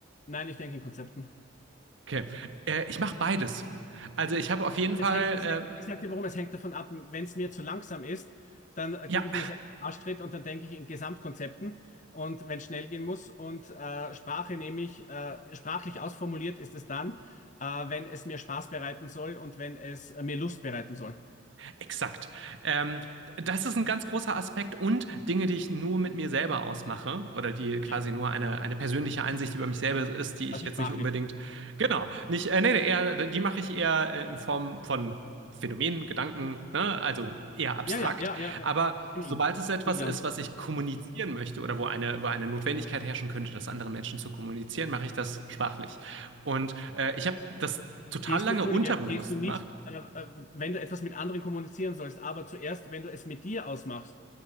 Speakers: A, on the left (about 40°); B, on the right (about 65°).
A: nein, ich denke in Konzepten.
B: Okay, äh, ich mache beides. Also ich habe auf jeden Fall,
A: Es hängt, es hängt,
B: äh,
A: ich sag dir warum, es hängt davon ab, wenn es mir zu langsam ist, dann äh,
B: ja,
A: gebe ich mir selbst einen Arschtritt und dann denke ich in Gesamtkonzepten. Und wenn es schnell gehen muss und äh, Sprache nehme ich, äh, sprachlich ausformuliert ist es dann, äh, wenn es mir Spaß bereiten soll und wenn es äh, mir Lust bereiten soll.
B: Exakt. Ähm, das ist ein ganz großer Aspekt und Dinge, die ich nur mit mir selber ausmache oder die quasi
A: Ja,
B: nur eine, eine persönliche Einsicht über mich selber ist, die ich
A: das
B: jetzt
A: ist sprachlich.
B: nicht unbedingt, genau, nicht, äh, nee, nee, eher, die mache ich eher äh, in Form von Phänomenen, Gedanken, ne? Also eher abstrakt.
A: Ja, ja, ja, ja, ja.
B: Aber
A: Viel
B: sobald es etwas
A: viel dann.
B: ist, was ich kommunizieren möchte oder wo eine, wo eine Notwendigkeit herrschen könnte, das anderen Menschen zu kommunizieren, mache ich das sprachlich. Und äh, ich habe das total
A: Gehst
B: lange
A: du, Entschuldige,
B: unterbewusst
A: gehst du nicht,
B: gemacht.
A: äh, äh, wenn du etwas mit anderen kommunizieren sollst, aber zuerst, wenn du es mit dir ausmachst,